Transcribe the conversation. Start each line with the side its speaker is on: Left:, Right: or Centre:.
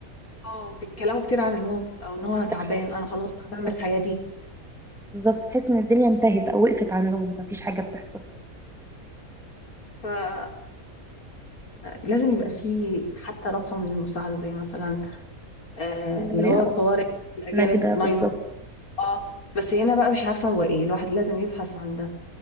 Left: اه بيتكلموا كتير عن الموت او ان هو
Centre: ده
Left: تعبان
Centre: حقيقي
Left: انا خلاص تعبان
Centre: بالظبط
Left: من الحياة دي
Centre: بالظبط تحس إن الدنيا انتهت أو وقفت عندهم مفيش حاجة بتحصل
Left: فتقريبا لازم يبقى فيه حتى رقم للمساعدة زي مثلا آه اللي
Centre: طريقة
Left: هو الطوارئ
Centre: أو
Left: الأجانب
Centre: نجدة
Left: 911
Centre: بالظبط
Left: اه بس هنا بقى مش عارفة هو ايه الواحد لازم يبحث عن ده